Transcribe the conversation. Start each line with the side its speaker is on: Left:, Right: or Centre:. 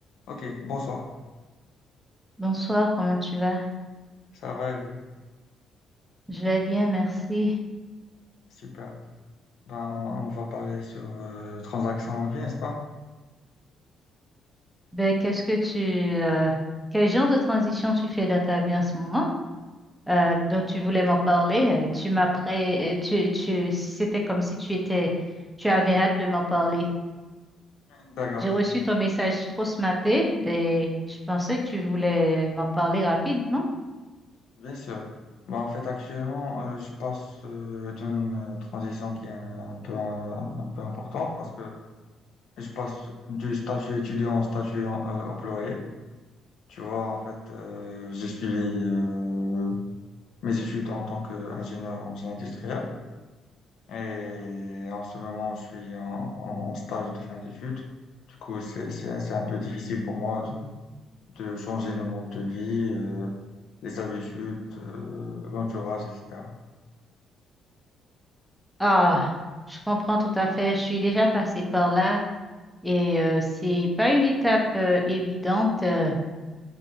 Left: Ok, bonsoir.
Centre: Bonsoir, comment tu vas?
Left: Ça va et vous?
Centre: Je vais bien, merci.
Left: Super. Ben, on va parler sur euh, transactions en vie, n'est-ce pas?
Centre: Ben, qu'est-ce que tu, euh, quel genre de transition tu fais dans ta vie en ce moment? Euh, dont tu voulais m'en parler. euh, tu m'apprêts, euh, tu, tu, c'était comme si tu étais, tu avais hâte de m'en parler.
Left: D'accord,
Centre: J'ai reçu ton message trop ce matin et je pensais que tu voulais m'en parler rapidement.
Left: bien sûr. Ben, en fait, actuellement, euh, je passe euh, d'une euh, transition qui est un peu, euh, un peu importante parce que je passe du statut étudiant au statut en- euh, employé. Tu vois, en fait, euh, j'ai suivi euh, mes études en tant qu'ingénieur en génie industriel. Et en ce moment, je suis en, en stage de fin d'études. Du coup, c'est, c'est, c'est un peu difficile pour moi de, de changer le mode de vie, euh, les habitudes, euh, l'entourage, etc.
Centre: Ah, je comprends tout à fait. Je suis déjà passée par là et euh, c'est pas une étape euh, évidente. euh,